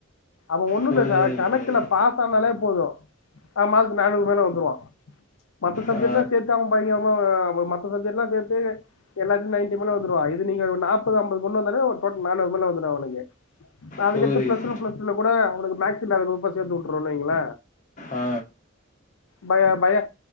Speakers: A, on the left; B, on the left.
A: அவ ஒண்ணுல்ல
B: புரியுது
A: கணக்குல
B: புரியுது
A: பாசனாலே போதும் ஆ மார்க்கு நானூறு மேல வந்துருவா மத்த சப்ஜெக்ட்ல்லா
B: ஆ
A: சேத்து அவன் பயிக்காம அவ மத்த சப்ஜெக்ட்ல்லா சேத்து எல்லாத்தையு நைன்டி மேல வந்துருவா இது நீங்க ஒரு நாப்பது ஐம்பது கொண்டு வந்தாலே ஒருடோட்டல் நானூறு மேல வந்துருவா உனக்கு அதுக்கடுத்து
B: புரியுது
A: பிளஸ் ஒன் பிளஸ் டூல கூட உனக்கு மேக்ஸ்ஸில்லாத குரூபா சேர்த்து வுட்ருவன்னு வைங்களே
B: ஆ
A: பயோ பயோ